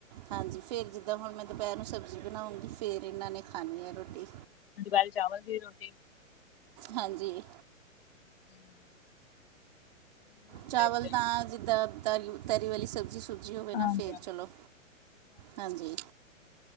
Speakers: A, on the right (about 30°); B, on the left (about 45°).
A: ਹਾਂਜੀ, ਫੇਰ ਜਿੱਦਾਂ ਹੁਣ ਮੈਂ ਦੁਪਹਿਰ ਨੂੰ ਸਬਜ਼ੀ ਬਣਾਉਂਗੀ ਫੇਰ ਇਹਨਾਂ ਨੇ ਖਣੀ ਹੈ ਰੋਟੀ।
B: ਦੁਪਹਿਰੀ ਚਾਵਲ ਤੇ ਰੋਟੀ,
A: ਹਾਂਜੀ।
B: ਹਮ। ਹੁਣ
A: ਚਾਵਲ
B: ਦੇਖਦੇ
A: ਤਾਂ,
B: ਹਾਂ।
A: ਜਿੱਦਾਂ ਤਰੀ-ਤਰੀ ਵਾਲੀ ਸਬਜ਼ੀ ਸੁਕੀ ਜੀ ਹੋਵੇ ਨਾ
B: ਹਾਂਜੀ
A: ਫੇਰ
B: ਹਾਂਜੀ
A: ਚਲੋ, ਹਾਂਜੀ।